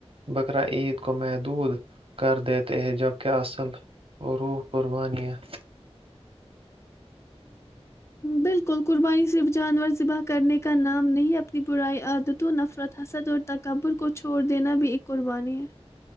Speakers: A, on the right (about 60°); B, on the left (about 25°).
A: بقر عید کو محدود کر دیتے ہیں جبک اصل اور روح قربانیا
B: بالکل قربانی صرف جانور ذبح کرنے کا نام نہیں اپنی برائی عادتوں نفرت حسد اور تک کبر کو چھوڑ دینا بھی ایک قربانی ہے